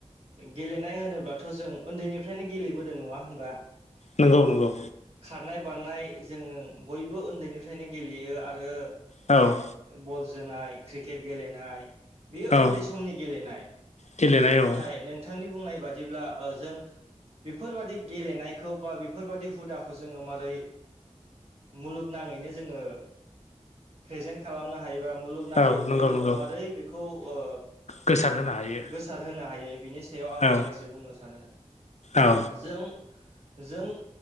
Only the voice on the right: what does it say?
गेलेनाय होनोब्लाथ' जों उन्दैनिफ्रायनो गेलेबोदों नङा होनबा?
ओ
खारनाय बारनाय जों बयबो उन्दैनिफ्रायनो गेलेयो आरो
बल जोनाय क्रिकेट गेलेनाय बेयो
उन्दै सम समनि गेलेनाय
नाथाय
नोंथांनि बुंनाय बादिब्ला ओ जों बेफोरबादि गेलेनायखौ बा बेफोरबायदि हुदाखौ जोङो मारै मुलुगनाङैनो जोङो प्रेजेन्ट खालामनो हायोबा मुलुगनाङैनो
जोङो
मोरै बेखौ ओ
सार होनो हायो बिनि सायाव आं
फंनैसो बुंनो सानो
जों जों